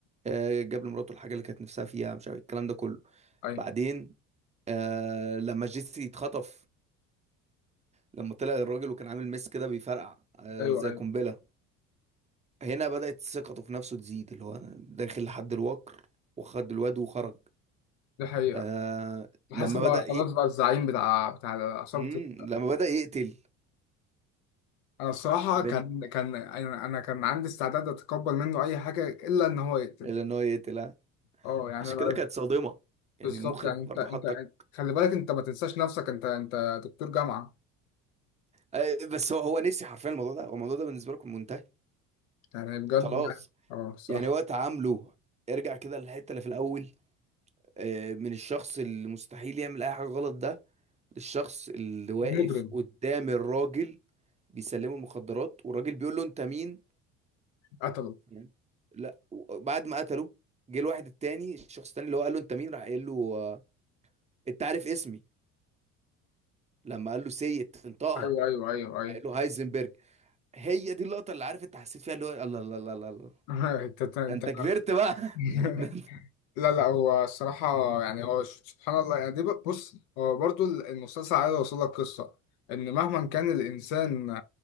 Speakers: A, on the right (about 15°); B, on the left (about 80°).
A: آه، جاب لمراته الحاجه اللي كانت نفسها فيها مش عارف الكلام ده كله
B: ايوه
A: بعدين آه لما جيسي اتخطف لما طلع الراجل وكان عامل ميس كده بيفرقع آه
B: ايوه
A: زي
B: ايوه
A: قنبله هنا بدات ثقته في نفسه تزيد اللي هو أنا داخل لحد الوكر وخد الواد وخرج
B: دي حقيقه
A: آه
B: حاسب
A: لما بدا
B: على خلاص
A: ي...
B: بقى الزعيم بتاع بتاع عصابة
A: مم،
B: ال-
A: لما بدا يقتل
B: أنا الصراحة
A: بال...
B: كان كان أنا أنا كان عندي استعداد أتقبل منه أي حاجة إلا إن هو يقتل
A: اللي ان هو يقتل ها
B: أه يعني
A: عشان
B: أنا-
A: كده كانت صادمه يعني
B: بالظبط
A: المخرج
B: يعني أنت
A: برضه
B: أنت
A: حطك
B: خلي بالك أنت ما تنساش نفسك أنت أنت دكتور جامعة
A: آه بس هو هو نسي حرفيا الموضوع ده هو الموضوع ده بالنسبه لكم منتهي
B: يعني بجد
A: خلاص
B: يعني أه الصراحة
A: يعني وقت عامله ارجع كده للحته اللي في الاول آه، من الشخص اللي مستحيل يعمل اي حاجه غلط ده للشخص اللي واقف
B: مجرم
A: قدام الراجل بيسلمه المخدرات والراجل بيقول له انت مين
B: قتله
A: تمام. لا و- بعد ما قتله جه الواحد التاني الشخص التاني اللي هو قال له انت مين راح قال له آه، انت عارف اسمي لما قال له سيد انطقها
B: أيوه أيوه أيوه أيوه
A: راح قال له هايزنبرج هي دي اللقطه اللي عارف انت حسيت فيها اللي هو الله الله الله الله الله.
B: <laughs> أنت أنت
A: ده انت كبرت بقى
B: أنت-
A: <laughs> ده
B: لا لا هو الصراحة يعني هو سبحان الله يعني دي ب- بص هو برضو المسلسل عايز يوصل لك قصة إن مهما كان الإنسان